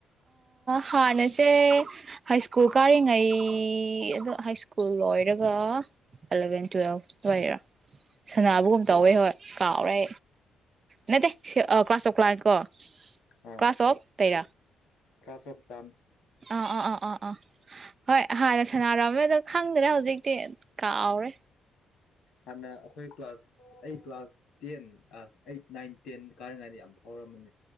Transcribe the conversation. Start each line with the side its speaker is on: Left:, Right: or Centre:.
Right: ꯍꯥꯟꯅꯁꯦ ꯍꯥꯏ ꯁ꯭ꯀꯨꯜ ꯀꯥꯔꯤꯉꯩ ꯑ ꯍꯥꯏ ꯁ꯭ꯀꯨꯜ ꯂꯣꯏꯔ ꯏꯂꯚꯦꯟ ꯇ꯭ꯋꯦꯜ ꯋꯥꯦꯔꯥ ꯁꯅꯥꯕꯨꯒꯨꯝ
Left: ꯑꯣ
Right: ꯇꯧꯋꯦ ꯍꯣꯏ ꯀꯥꯎꯔꯦ ꯅꯠꯇꯦ ꯀ꯭ꯂꯥꯁ ꯆꯂꯅꯤ ꯀꯣ
Left: ꯑꯥ
Right: ꯀ꯭ꯂꯥꯁ ꯑꯣꯐ ꯇꯔꯥ
Left: ꯀ꯭ꯂꯥꯁ ꯑꯣꯐ ꯥꯟꯁ
Right: ꯑꯥ ꯑ ꯑ ꯑꯥ ꯑꯥ ꯍꯣꯏ ꯍꯥꯟꯅ ꯁꯅꯔꯝꯃꯦꯗꯣ ꯈꯪꯗ꯭ꯔꯦ ꯍꯧꯖꯤꯛꯇꯤ ꯀꯥꯎꯥꯎꯔꯦ
Left: ꯍꯥꯟꯅ ꯑꯩꯈꯣꯏ ꯀ꯭ꯂꯥꯁ ꯑꯩ class ten eight nine ten ꯀꯥꯔꯤꯉꯥꯏꯗ ꯌꯥꯝꯕ ꯍꯔ ꯃꯅꯤ